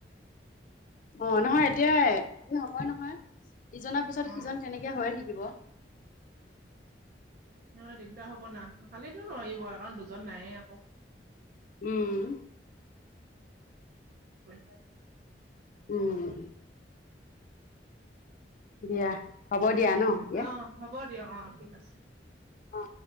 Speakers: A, on the left (about 45°); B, on the right (about 50°).
A: অ' নহয় এতিয়াই হ'বয়ে নহয়। ইজনৰ পিছত
B: অ
A: সিজন তেনেকে হৈয়ে থাকিব।
B: অ' দিগদাৰ হ'ব না, <unintelligible> নোৱাৰিব কাৰণ দুজন নাইয়ে আকৌ।
A: উম
B: <unintelligible>
A: উম। দিয়া হ'ব দিয়া ন' দিয়া এতিয়া।
B: অ হ'ব দিয়ক অ' ঠিক আছে।
A: অ'।